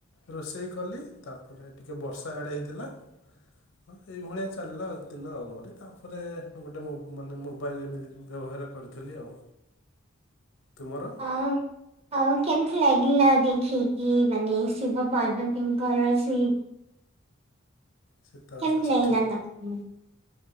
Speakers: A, on the left; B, on the right.
A: ରୋଷେଇ କଲି, ତାପରେ ଟିକେ ବର୍ଷା ଆଡେ ହେଇଥିଲା। ହଁ ସେଇଭଳିଆ ଚାଲିଲା ଦିନ ଆମରି ତାପରେ ଗୋଟେ ମାନେ ମୋବାଇଲ୍ ଏମିତି ବ୍ୟବହାର କରିଥିଲି, ଆଉ ତୁମର?
B: ହଁ ଆଉ କେମିତି ଲାଗିଲା ଦେଖି କି ମାନେ ଶିବ ପାର୍ବତୀଙ୍କର ସେଇ
A: ଶୀତଳ
B: କେମିତି
A: ଷଷ୍ଠୀ
B: ଲାଗିଲା ତମକୁ?